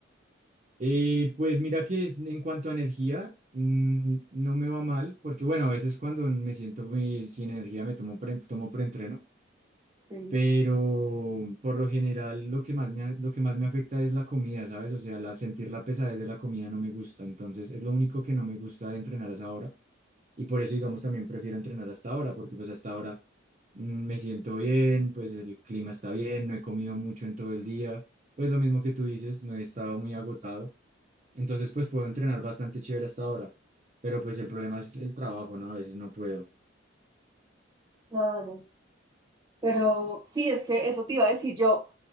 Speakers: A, on the right; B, on the right.
A: Eh, pues mira que en cuanto a energía, mm, no me va mal, porque bueno, a veces cuando me siento muy sin energía me tomo pre, tomo preentreno,
B: Sí,
A: pero por lo general lo que más me, a- lo que más me afecta es la comida, ¿sabes? O sea, la, sentir la pesadez de la comida no me gusta, entonces es lo único que no me gusta de entrenar a esa hora. Y por eso, digamos, también prefiero entrenar hasta ahora, porque pues hasta ahora mm, me siento bien, pues el clima está bien, no he comido mucho en todo el día, pues lo mismo que tú dices, no he estado muy agotado. Entonces, pues puedo entrenar bastante chévere hasta ahora, pero pues el problema es el trabajo, ¿no? A veces no puedo.
B: claro. Pero sí, es que eso te iba a decir yo.